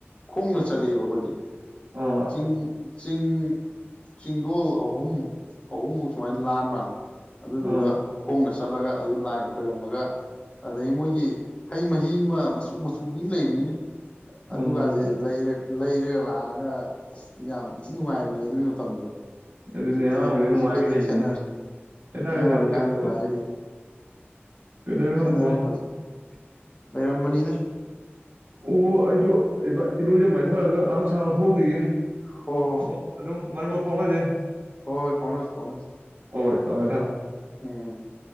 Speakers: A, on the left (about 30°); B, on the right (about 70°).
A: ꯈꯣꯡꯅ ꯆꯠꯂꯦꯕ ꯑꯈꯣꯏꯗꯤ꯫
B: ꯑꯣ
A: ꯆꯤꯡ꯫ ꯆꯤꯡ ꯆꯤꯡꯗꯣꯜ ꯑꯍꯨꯝ ꯑꯍꯨꯝꯃꯨꯛ ꯁꯨꯃꯥꯏꯅ ꯂꯥꯟ ꯃꯥꯜꯂꯦ꯫ ꯑꯗꯨꯗꯨꯒ
B: ꯑꯣ
A: ꯈꯣꯡꯅ ꯆꯠꯂꯒ ꯑꯗꯨ ꯂꯥꯏ ꯈꯣꯏꯔꯝꯃꯒ ꯑꯗꯩ ꯃꯣꯏꯒꯤ ꯍꯩ ꯃꯍꯤ ꯑꯃ ꯃꯆꯨ ꯃꯆꯨꯒꯤ ꯑꯃ ꯂꯩꯕꯅꯤꯅꯦ꯫
B: ꯎꯝ
A: ꯑꯗꯨꯒꯁꯦ ꯂꯩꯔꯒ ꯂꯥꯛꯑꯒ ꯑꯁ ꯌꯥꯝ ꯊꯤ ꯅꯨꯡꯉꯥꯏꯕꯅꯤꯍꯦ ꯑꯗꯨꯒꯤ ꯃꯇꯝꯗꯣ꯫
B: ꯑꯗꯨꯅꯦ
A: ꯍꯧꯖꯤꯛꯇꯤ
B: ꯑꯉꯥꯡꯉꯩꯗ
A: ꯍꯧꯖꯤꯛꯀꯗꯤ
B: ꯅꯨꯡꯉꯥꯏꯕ ꯍꯦꯜꯂꯤꯅꯦ
A: ꯈꯦꯠꯅꯔꯦ
B: ꯈꯦꯠꯅꯔꯦꯗ
A: ꯑꯉꯥꯡ
B: ꯌꯥꯝ
A: ꯑꯣꯏꯔꯤꯀꯥꯟꯗ
B: ꯈꯦꯠꯅꯔꯦ꯫
A: ꯅꯨꯡꯉꯥꯏꯕ ꯍꯦꯟ
B: ꯀꯩꯗꯧꯔꯤꯅꯣ
A: ꯈꯦꯠꯅꯔꯦ
B: ꯅꯪꯕꯣ ꯑꯣ
A: ꯐꯖ꯫ ꯂꯩꯔꯝꯕꯅꯤꯗ ꯁꯨꯝ꯫
B: ꯑꯣꯍꯣ ꯑꯩꯁꯨ ꯏꯔꯨꯖ ꯃꯥꯏꯊꯔꯒ ꯉꯥꯏꯍꯥꯛ ꯁꯥꯟꯅꯕ ꯊꯣꯛꯎꯈꯤꯒꯦ꯫ <unintelligible>
A: ꯍꯣ ꯍꯣ
B: ꯑꯗꯨꯝ꯫ ꯃꯔꯃꯔꯛ ꯐꯥꯎꯅꯁꯦ꯫
A: ꯍꯣꯏ ꯍꯣꯏ ꯐꯥꯎꯅꯁꯦ ꯐꯥꯎꯅꯁꯦ꯫
B: ꯍꯣꯏ ꯊꯝꯃꯦ ꯊꯥ
A: ꯎꯝ꯫